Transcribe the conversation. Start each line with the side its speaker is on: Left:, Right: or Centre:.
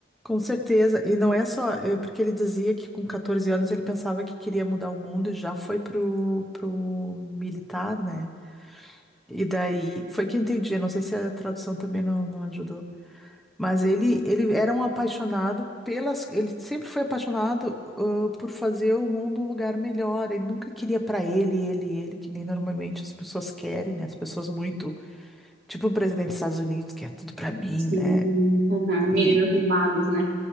Centre: Com certeza, e não é só, eh, porque ele dizia que com 14 anos ele pensava que queria mudar o mundo e já foi pro, pro militar, né? E daí, foi que eu entendi, eu não sei se a tradução também não, não ajudou, mas ele, ele era um apaixonado pelas, ele sempre foi apaixonado, ãh, por fazer o mundo um lugar melhor, ele nunca queria para ele, ele, ele, que nem normalmente as pessoas querem, né? As pessoas muito, tipo o presidente dos Estados Unidos, que é tudo para mim,
Right: Sim,
Centre: né?
Right: aham, Meninos
Centre: E,
Right: mimados, né?